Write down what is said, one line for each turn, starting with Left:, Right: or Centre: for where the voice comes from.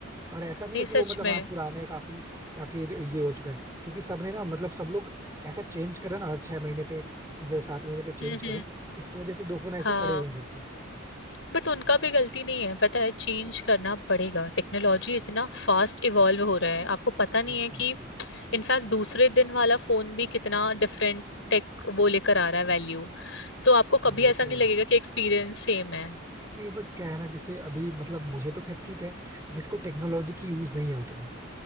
Right: और ऐसा नहीं
Left: नहीं
Right: है कि
Left: सच
Right: वो मतलब
Left: में
Right: हाँ पुराने काफी या फिर ये हो चुका है क्योंकि सबने ना मतलब सब लोग ऐसा चेंज करा ना हर छह महीने पे मतलब सात महीने पे चेंज
Left: हम्म
Right: करें
Left: हम्म
Right: इसकी वजह से दो फोन ऐसे
Left: हाँ
Right: पड़े हुए हैं करके
Left: बट उनका भी गलती नहीं है पता है चेंज करना पड़ेगा टेक्नोलॉजी इतना फास्ट इवॉल्व हो रहा है आपको पता नहीं
Right: एग्जैक्टली
Left: है कि इनफैक्ट दूसरे दिन वाला फोन भी कितना डिफरेंट टेक वो लेकर आ रहा है वैल्यू तो आपको
Right: हाँ
Left: कभी
Right: वो
Left: ऐसा
Right: तो
Left: नहीं
Right: है
Left: लगेगा कि एक्सपीरियंस सेम है
Right: नहीं बट क्या है ना जैसे अभी मतलब मुझे तो खैर ठीक है जिसको टेक्नोलॉजी की यूज नहीं है उतना